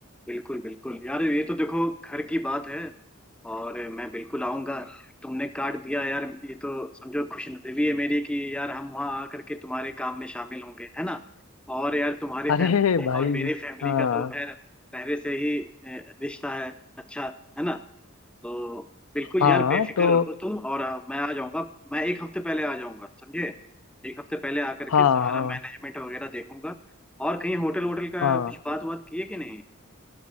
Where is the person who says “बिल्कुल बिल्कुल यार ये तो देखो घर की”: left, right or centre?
Centre